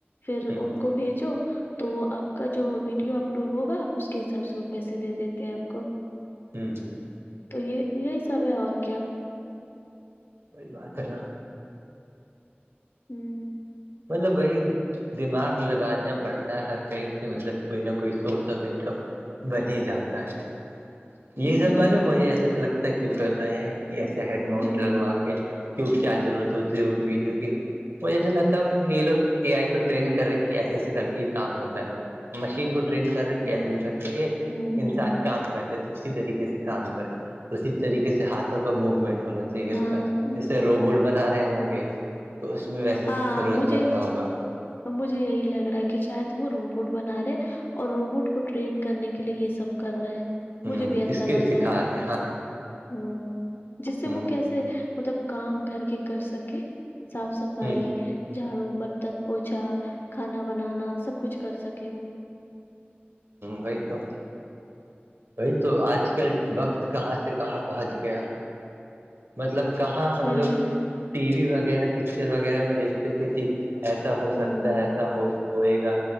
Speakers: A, on the left; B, on the right.
A: پھر
B: ہ
A: ان کو بھیجو تو وہ آپ کا جو ویڈیو اپرو ہوگا اس کے حساب سے وہ پیسے دے دیتے ہیں آپ کو
B: ہوں ہوں
A: تو یہ یہی سب ہے اور کیا
B: وہی بات کرنا
A: ہوں
B: مطلب بائی دماغ لگانا پڑتا ہے ہر کہیں سے مطلب کوئی نہ کوئی سورس آف انکم بنی جاتا ہے یہ
A: ہوں،
B: سب ملب مجھے ایسا لگتا ہے کیوں کر رہے ہیں کہ ایسے ہیڈ ماؤنٹ
A: ہوں
B: لگوا کے کی کیا ضرورت ہوتی ہے ہوگی ویڈیو کی وہ جیسا لگ ہوگا کہ یہ لو اے آئی کو ٹرین کر رہے کہ ایسے ایسے کر کے یہ کام ہوتا ہے مشین کو ٹرین کر رہےسے
A: ہوں، ہوں،
B: انسان
A: ہوں۔
B: کام کر تو اسی طریقے سے کام کرو اسی طریقے سے ہاتھوں کا موومنٹ ہونا چاہیے
A: ہاں، ہوں۔
B: اس کا روبوٹ بنا رہے ہوں گے تو اس میں ویسے
A: ہاں
B: ضرورت
A: ہاں مجھے
B: پڑتا ہوگا
A: ا مجھے یہی لگ رہا ہے کہ شاید وہ روبوٹ بنا رہے اور روبوٹ کو ٹرین کرنے کے لیے یہ سب کر رہے ہیں
B: ہوں
A: مجھے بھی ایسا
B: اسکل
A: لگ
B: سکھا
A: رہا ہے
B: رہے ہیں ہاں
A: ہ جس سے
B: ہوں
A: وہ کیسے مطلب کام گھر کے کر سکے صاف صفائی
B: ہوں
A: جھاڑو برتن پوچھا کھانا بنانا سب کچھ کر سکے وہ
B: وہی تو وہی تو آج کل وقت کہاں سے کہاں پہنچ گیا مطلب کہاں ہم
A: صحیح
B: لوگ ٹی وی وغیرہ پکچر وغیرہ میں دیکھتے تھے کہ ایسا ہو
A: ہوں
B: سکتا ہے ایسا ہو ہوئے گا